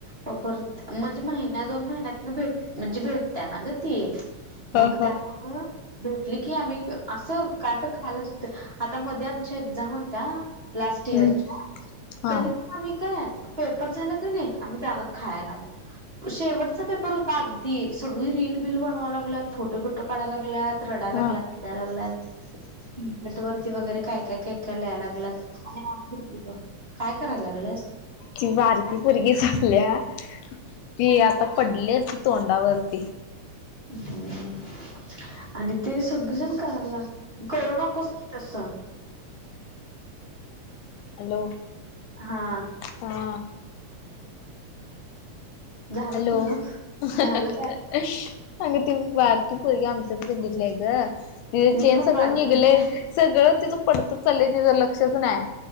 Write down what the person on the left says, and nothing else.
हा
हा.
हम्म हा
हा.
किंवा आरती पोरगी झाल्या ती आता पडली असती तोंडावरती.
हॅलो!
हा.
हॅलो,
अं हं
अं
अग ती बारकी पोरगी आमच्यात गल्लीतलं ग तिज
चेन
सगळं
निघलयं
सगळं तिज पडतचं चाललंय, तिचं लक्षच नाय.